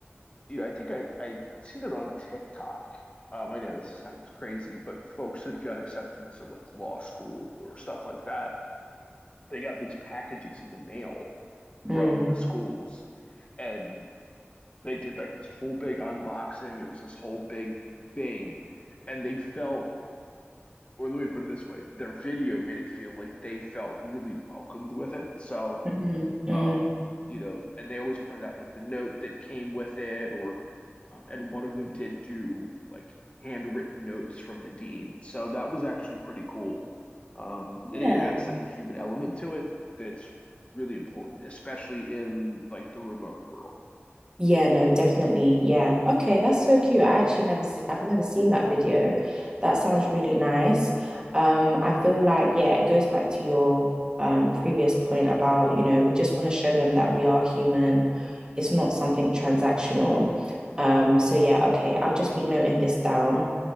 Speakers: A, on the left; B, on the right.
A: you know, I think I I seen it on TikTok. Um, I know this sounds crazy, but folks that got accepted to like law school or stuff like that, they got these packages in the mail
B: Mm.
A: from the schools, and they did like this whole big unboxing. It was this whole big thing, and they felt or let me put it this way, their video made it feel like they felt really welcomed with it. So,
B: Mm, mm.
A: um, you know, and they always pointed out like the note that came with it, or, um, and one of them did do like handwritten notes from the dean. So that was actually pretty cool. Um,
B: Yeah.
A: I think it adds like a human element to it that's really important, especially in like the remote world.
B: Yeah, no, definitely. Yeah. Okay, that's so cute. I actually never se- I've never seen that video. That sounds really nice. Um, I feel like, yeah, it goes back to your um previous point about, you know, we just want to show them that we are human. It's not something transactional. Um, so yeah, okay, I'll just be noting this down